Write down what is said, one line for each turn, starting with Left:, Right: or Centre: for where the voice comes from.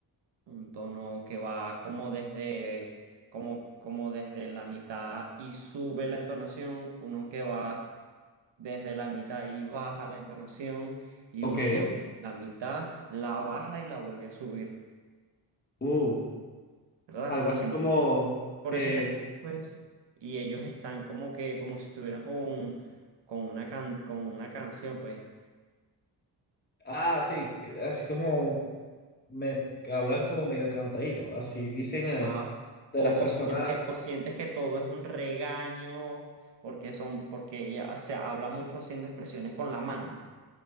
Right: un tono que va como desde, como, como desde la mitad y sube la entonación, uno que va desde la mitad y baja la entonación, y
Left: Ok.
Right: uno que va la mitad, la baja y la vuelve a subir,
Left: Uh,
Right: ¿verdad?
Left: algo así
Right: Entonces,
Left: como...
Right: por
Left: eh,
Right: eso es que pues, y ellos están como que, como si estuvieran con, con una can- con una canción, pues.
Left: Ah, sí, c- así como me que hablan como medio cantadito, así dicen
Right: Ajá.
Left: eh, de
Right: O,
Left: las personas.
Right: o sientes, o sientes que todo es un regaño porque son, porque ella se habla mucho haciendo expresiones con la mano.